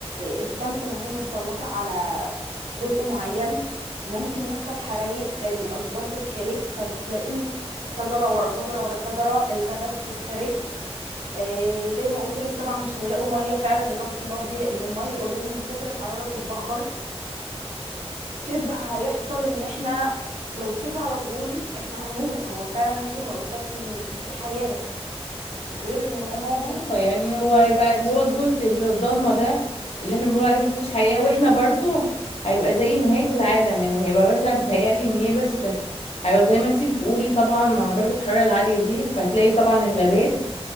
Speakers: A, on the right (about 85°); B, on the left (about 70°).
A: الشمس ما هي متسلطة على جزء معين ممكن يحصل حرايق الأشجار تتحرق فبتلاقي شجرة ورا شجرة ورا شجرة الغابات تتحرق آه، زي ما قلت لك طبعا مش هيلاقوا مية فعلا يطفوا النار دي لأن المية اوريدي من كتر الحرارة بتتبخر شبه هيحصل إن احنا لو صيف على طول احنا هنموت هو فعلا ممكن ما يوصلش إن يبقى في حياة غير إن ممكن
B: اه يعني هو هيبقى اللي هو الجزء اللي الضلمه ده اللي احنا بنقول عليه ما فيهوش حياه واحنا برضو هيبقى زي نهايه العالم يعني هيبقى مثلا بتهيألي ان هي بس هيبقى زي ما انتي بتقولي طبعا مع درجه الحراره العاليه دي فهتلاقي طبعا الغابات